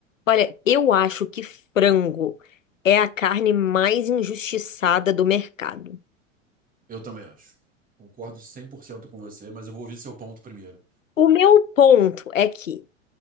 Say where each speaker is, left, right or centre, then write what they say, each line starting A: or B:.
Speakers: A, on the left (about 75°); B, on the right (about 20°).
A: Olha, eu acho que frango é a carne mais injustiçada do mercado.
B: Eu também acho. Concordo 100% com você, mas eu vou ouvir seu ponto primeiro.
A: O meu ponto é que